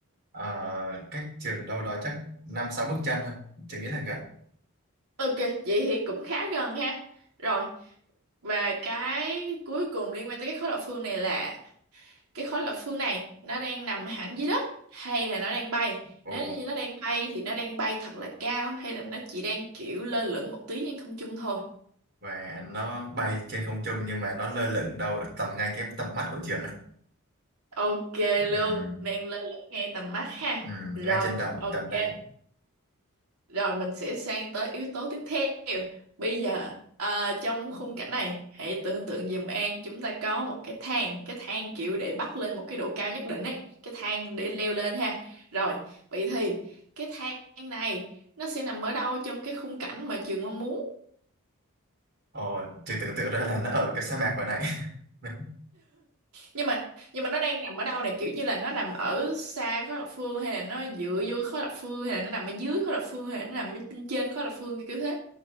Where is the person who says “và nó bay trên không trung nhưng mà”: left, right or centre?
Right